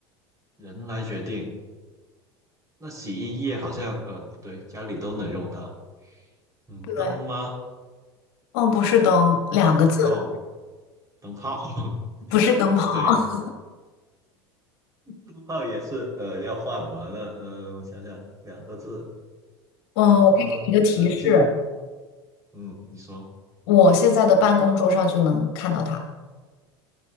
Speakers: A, on the right (about 25°); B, on the left (about 65°).
A: 人来决定。那洗衣液好像呃不对，家里都能用到。嗯，
B: 对，
A: 灯吗？
B: 嗯，不是灯，两个字，
A: 灯泡，灯泡 <laughs>
B: 不是灯泡。
A: 也不对，
B: <laughs>
A: 灯泡也是呃要换的嘛。那嗯、呃我想想，两个字，
B: 嗯，
A: 呃，
B: 我可以给你一个提示，
A: 纸巾。嗯，你说，
B: 我现在的办公桌上就能看到它。